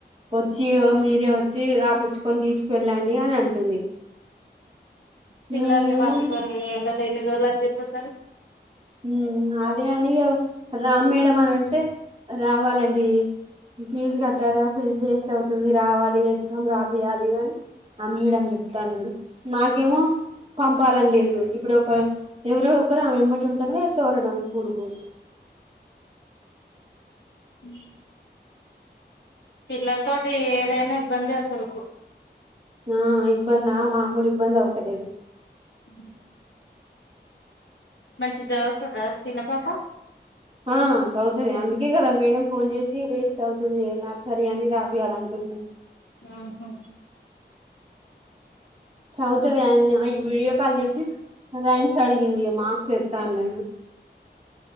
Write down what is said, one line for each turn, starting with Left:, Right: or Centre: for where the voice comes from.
Right: వచ్చి మీరే వచ్చి రాపిచ్చుకొని తీసు వెళ్ళండి అని అంటుంది
Left: పిల్లల్ని
Right: మేమేమో
Left: హత్తుకొని ఏండ ఇల్ల అ సర
Right: ఉ అదే అని రామ్ మేడ అని అంటే రావాలండి ఫీజు కట్టారుగా ఫీజు వేస్ట్ అవుతుంది రావాలి ఎగ్జామ్ రాబయాలి అని ఆ మేడం జెప్తాంది మాకేమో పంపాలని లేదు ఇప్పుడు ఒక ఎవరో ఒకరు ఆమెమ్మట్ ంట తోలడం స్కూలుకు
Left: అ పిల్లలతోటి ఏదైనా ఇబ్బంది వసు సలుకు
Right: ఆ ఇబ్బంద మామూలు ఇబ్బంది అవుతలేదు
Left: ఉ మంచి జదుతుందా చిన్న పాప
Right: ఆ చవుతుది అందుకే గదా మేడం ఫోన్ జేసి వేస్ట్ అవుతుంది నా సర్ అని రాపి అలా అంటుంది
Left: ఆహా
Right: చౌ తది అన్ని విడియ కాల అసి రైమ్స్ అడిగింది మాక్స్ ఏత్తాన్న